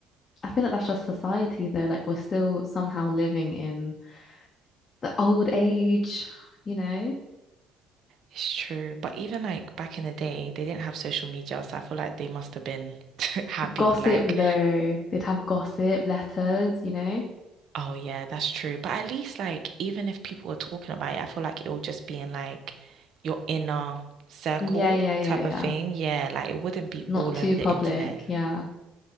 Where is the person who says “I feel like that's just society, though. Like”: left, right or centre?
Left